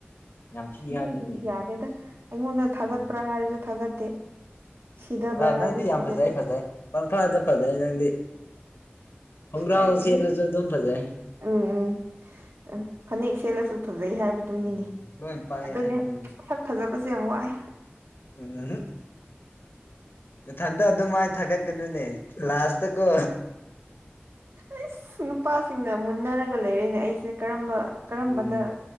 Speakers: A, on the left; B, on the right.
A: ꯌꯥꯝ ꯊꯤ ꯍꯥꯏꯕꯅꯤꯅꯦ
B: ꯅꯣꯏꯗꯨꯗꯤ ꯌꯥꯗꯦꯗ ꯑꯩꯉꯣꯟꯗ ꯊꯥꯒꯠꯄ꯭ꯔꯥ
A: ꯎꯝ
B: ꯍꯥꯏꯔꯁꯨ ꯊꯥꯒꯠꯇꯦ ꯁꯤꯗꯕ꯭ꯔꯥ
A: ꯑ
B: ꯍꯥꯏꯁꯨ
A: ꯅꯪꯗꯤ ꯌꯥꯝ
B: ꯁꯤꯗꯕꯤꯦ
A: ꯐꯖꯩ ꯐꯖꯩ ꯄꯪꯐꯥꯗ ꯐꯖꯩ ꯅꯪꯗꯤ ꯈꯣꯡꯒ꯭ꯔꯥꯎ
B: ꯑꯩ
A: ꯁꯦꯠꯂꯁꯨ
B: ꯎꯝ
A: ꯑꯗꯨꯝ ꯐꯖꯩ
B: ꯎꯝ ꯎꯝ ꯐꯅꯦꯛ ꯁꯦꯠꯂꯁꯨ ꯐꯖꯩ ꯍꯥꯏꯕꯗꯨꯅꯤꯅꯦ
A: ꯎꯝ ꯂꯣꯏ ꯄꯥꯛꯑꯦꯗ
B: ꯑꯗꯨꯅꯦꯁꯛ
A: ꯅꯪꯗꯤ
B: ꯐꯖꯕꯁꯦ ꯌꯥꯝ ꯋꯥꯏ
A: ꯎꯝ ꯃꯊꯟꯇ ꯑꯗꯨꯃꯥꯏꯅ ꯊꯥꯒꯠꯀꯅꯨꯅꯦ ꯂꯥꯁꯇ ꯀꯣ
B: ꯑꯩ ꯅꯨꯄꯥꯁꯤꯡꯅ ꯃꯨꯟꯅꯔꯒ ꯂꯩꯔꯤꯅꯦ ꯑꯩꯁꯦ ꯀꯔꯝꯕ ꯀꯔꯝꯕꯗ
A: ꯎꯝ